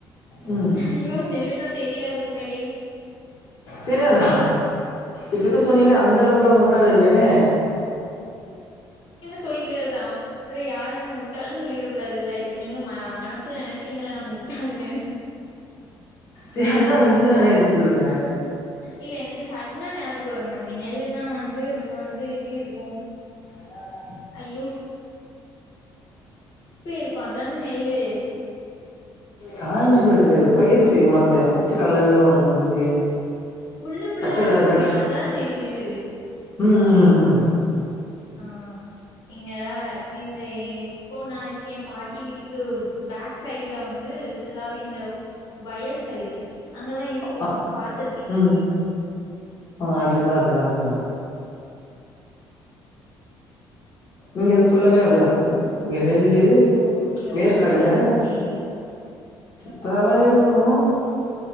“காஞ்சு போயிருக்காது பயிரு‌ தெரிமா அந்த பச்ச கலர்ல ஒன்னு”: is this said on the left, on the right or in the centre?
Left